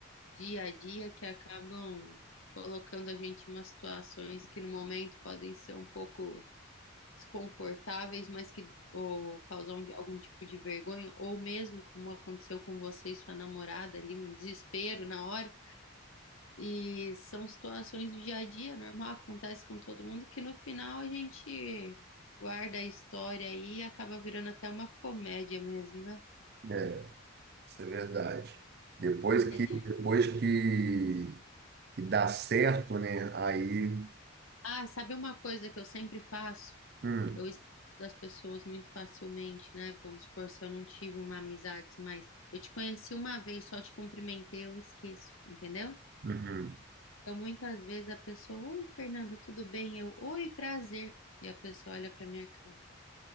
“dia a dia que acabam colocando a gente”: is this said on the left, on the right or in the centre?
Left